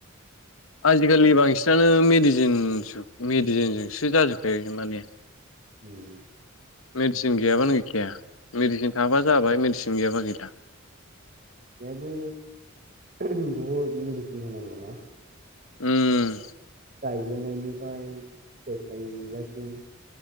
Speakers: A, on the left; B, on the right.
A: आजिखालि बांसिनानो मेडिसिन मेडिसिनजोंसो जाजोबखायो माने
B: उम
A: मेडसिन गैयाबानो गैखाया मेडिसिन थाबा जाबाय मेडिसिन गैयाबा गैला
B: बेयावबो बहुत मिडिसिन होनांगौना
A: उम
B: गायजेननायनिफ्राय फिथाय थायजासिम